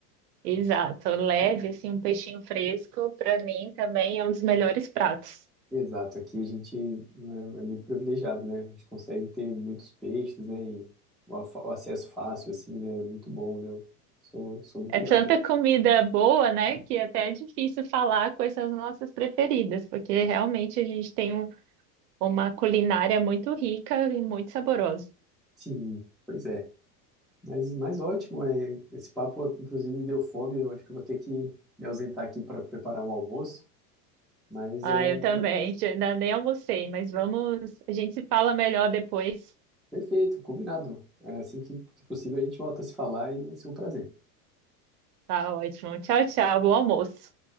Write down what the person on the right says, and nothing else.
Exato, leve assim um peixinho fresco para mim também é um dos melhores pratos.
É tanta
comida boa, né, que até é difícil falar quais são as nossas preferidas, porque realmente a gente tem um- uma culinária muito rica e muito saborosa.
Ah,
eu também.
Já- Ainda nem almocei, mas vamos. A gente se fala melhor depois.
Tá ótimo. Tchau, tchau. Bom almoço.